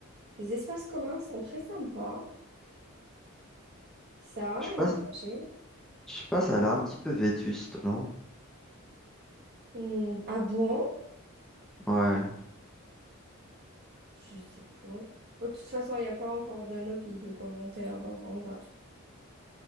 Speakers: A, on the right; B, in the centre.
A: Les espaces communs sont très sympas. Ça a
B: je
A: un
B: sais pas,
A: cachet.
B: je sais pas, ça a l'air un petit peu vétuste, non?
A: Hmm, ah bon?
B: Ouais.
A: Je sais pas. Oh, de toute façon, il n'y a pas encore de notes ni de commentaires, donc on zappe.